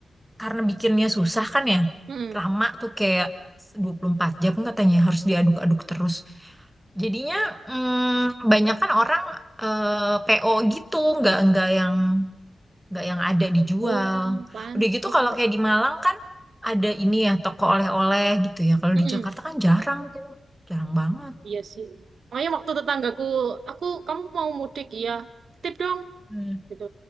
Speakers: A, in the centre; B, on the right.
A: karena bikinnya susah kan ya.
B: Mm-mm.
A: Lama tuh kayak 24 jam katanya harus diaduk-aduk terus. Jadinya mm, banyak kan orang eh, PO gitu, nggak nggak yang nggak yang ada dijual.
B: Oh, pantes.
A: Udah gitu kalau kayak di Malang kan ada ini ya toko oleh-oleh gitu ya. Kalau
B: Mm-mm.
A: di Jakarta kan jarang tuh, jarang banget.
B: Iya sih. Makanya waktu tetanggaku, aku kamu mau mudik iya, titip dong,
A: Hmm.
B: gitu.